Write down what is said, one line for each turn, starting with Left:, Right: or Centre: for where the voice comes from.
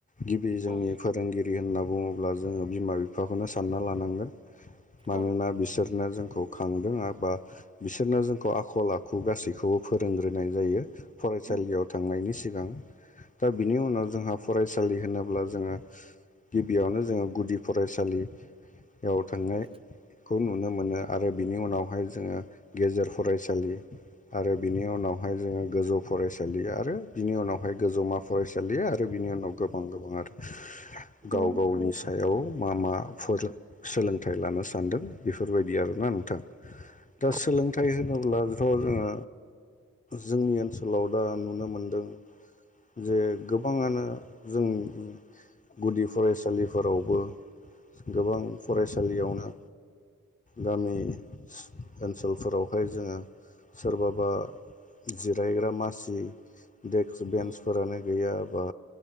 Left: गिबि जोंनि
Right: औ
Left: फोरोंगिरि होनना बुङोब्ला जोङो बिमा-बिफाखौनो सानना लानांगोन मानोना
Right: औ
Left: बिसोरनो जोंखौ खांदों बा बिसोरनो जोंखौ आखल-आखु गासै खौबो फोरोंग्रोनाय जायो फरायसालियाव
Right: उम
Left: थांनायनि सिगां दा बिनि उनाव जोंहा
Right: औ
Left: फरायसालि होनाब ब्ला जोङो गिबियावनो जोङो गुदि फरायसालियाव थांनायखौ
Right: औ
Left: नु नो मोनो आरो बिनि उनावहाय जोङो गेजेर फरायसालि आरो बिनि उनावहाय जोङो गोजौ फरायसालि आरो बिनि उनावहाय गोजौमाफ फरायसालि आरो बिनि उनाव गोबां गोबां आरो गाव
Right: उम
Left: गावनि सायाव मा मा फोर सोलोंथाइ लानो सानदों बेफोरबायदि आरोना नोंथां दा
Right: औ
Left: सोलोंथाइ होनोब्लाथ' जोङो जोंनिओन सोलाव दा नुनो मोनदों जे गोबाङानो जोंनि गुदि फरायसालिफोरावबो गोबां फरायसालियावनो गामि ओनसोलफोरावहाय जोङो सोरबाबा जिरायग्रा मासि देक्स बेन्सफोरानो
Right: औ
Left: गैया बा